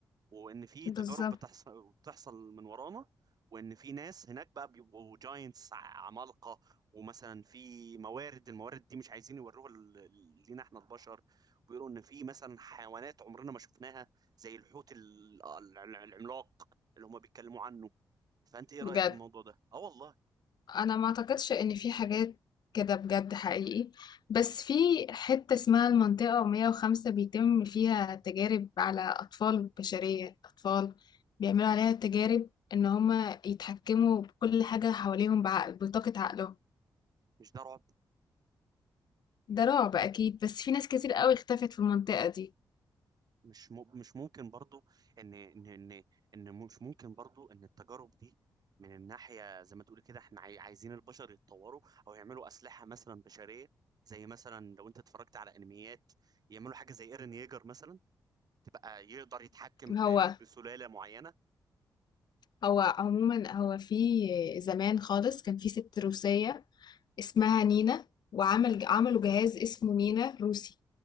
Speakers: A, on the right (about 55°); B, on the left (about 60°).
A: وان في
B: بالظبط
A: تجارب بتحصل بتحصل من ورانا وان في ناس هناك بقى بيبقوا جاينتس عمالقه ومثلا في موارد الموارد دي مش عايزين يوروها ل- ل- لينا احنا البشر بيقولوا ان في مثلا حيوانات عمرنا ما شفناها زي الحوت ال- العملاق اللي هم بيتكلموا عنه فانت ايه
B: بجد
A: رايك في الموضوع ده اه والله
B: انا ما اعتقدش ان في حاجات كده بجد حقيقي بس في حتة اسمها المنطقة 105 بيتم فيها تجارب على اطفال بشرية اطفال بيعملوا عليها تجارب ان هما يتحكموا بكل حاجة حواليهم بعقل بطاقة عقلهم
A: مش ده رعب
B: ده رعب اكيد بس في ناس كتير قوي اختفت في المنطقة دي
A: مش مو- مش ممكن برضو ان ان ان ان مش ممكن برضو ان التجارب دي من الناحية زي ما تقول كده احنا عاي- عايزين البشر يتطوروا او يعملوا اسلحة مثلا بشرية زي مثلا لو انت اتفرجت على انميات يعملوا حاجة زي ايرن ييجر مثلا تبقى يقدر يتحكم ب-
B: هو
A: ب- بسلالة معينة
B: هو عموما هو في زمان خالص كان في ست روسية اسمها نينا وعمل عملوا جهاز اسمه نينا روسي